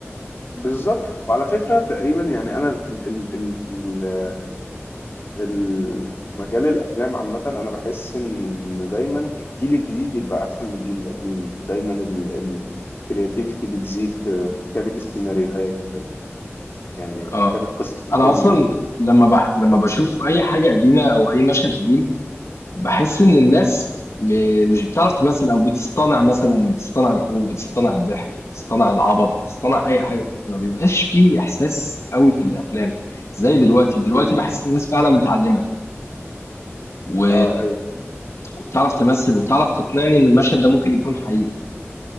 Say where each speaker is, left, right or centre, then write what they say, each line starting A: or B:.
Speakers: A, on the left (about 50°); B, on the left (about 75°).
A: بالظبط وعلى فكرة تقريبا يعني أنا ال ال ال ال- مجال الافلام عامه انا بحس ان دايما الجيل الجديد بيبقى احسن من الجيل القديم دايما الكرياتيفيتي بتزيد في في كتابه السيناريوهات في يعني في
B: آه،
A: كتابه قصه الفيلم
B: أنا أصلًا
A: نفسه
B: لما بح لما باشوف أي حاجة قديمة أو أي مشهد قديم باحس إن الناس م مش بتعرف تمثّل أو بتصطنع مثلًا بتصطنع الخوف، بتصطنع الضحك، بتصطنع العبط، بتصطنع أي حاجة، ما بيبقاش في إحساس أوي في الأفلام، زي دلوقتي، دلوقتي
A: امم
B: باحس الناس فعلًا متعلّمة و
A: اه ايوه
B: وبتعرف تمثّل وبتعرف تقنعني إن المشهد ده ممكن يكون حقيقي،